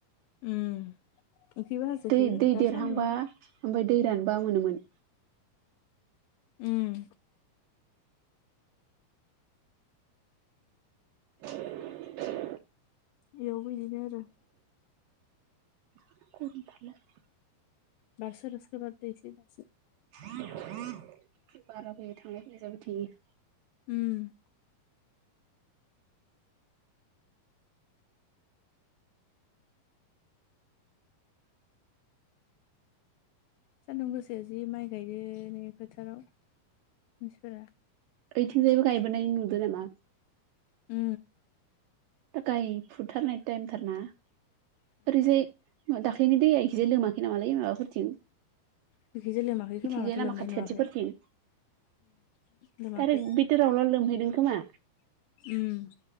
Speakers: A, on the left; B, on the right.
A: ओ उखैबा हाजोखो
B: दै दै
A: द
B: देरहांबा
A: सान्दोंमोन
B: ओमफ्राय दै रानबा मोनोमोन
A: उम
B: <inaudible>
A: बेयाव इदिनो आरो
B: <unintelligible>
A: बारस रसखौ बद इसै दासो
B: बाराबो थांलाय फैलाय जाबाय थायो
A: उम सानदुं गोसायाव जि माइ गायदों नै फोथाराव मानसिफोरा
B: ओइथिंजायबो गायबोनाय नुदो नामा
A: ओ
B: गाय फुथारनाय टाइमथारना ओरैजाय दाख्लैनि दैया इखिजाया लोङाखै नामालै माबाफोरथिं
A: बेखैजाय लोमाखै खोमा
B: इथिंजाय
A: माथो
B: लामा
A: लोमनाय
B: खाथि
A: नुवाखै
B: खाथिफोरथिं
A: लोमाखै
B: दारेक बिथोरावल' लोमहैदों खोमा
A: उम